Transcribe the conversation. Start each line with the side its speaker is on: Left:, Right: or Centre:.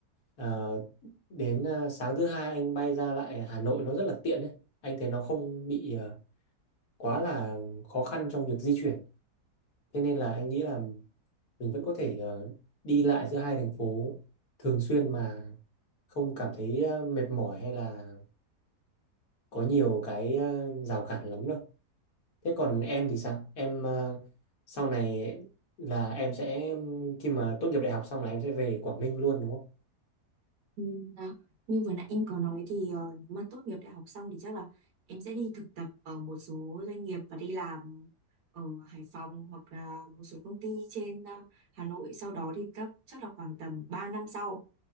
Left: ờ, đến à, sáng thứ hai anh bay ra lại Hà Nội nó rất là tiện đấy anh thấy nó không bị ờ, quá là khó khăn trong việc di chuyển thế nên là anh nghĩ là mình vẫn có thể ờ, đi lại giữa hai thành phố thường xuyên mà không cảm thấy ờ, mệt mỏi hay là có nhiều cái ờ, rào cản lắm đâu Thế còn em thì sao? Em ờ, sau này là em sẽ khi mà tốt nghiệp đại học xong là em sẽ về Quảng Ninh luôn đúng không?
Right: Ừ, à, như vừa nãy em có nói thì ờ, nếu mà tốt nghiệp đại học xong thì chắc là em sẽ đi thực tập ở một số doanh nghiệp và đi làm ở Hải Phòng hoặc là một số công ty trên ờ, Hà Nội sau đó thì chắc chắc là khoảng tầm 3 năm sau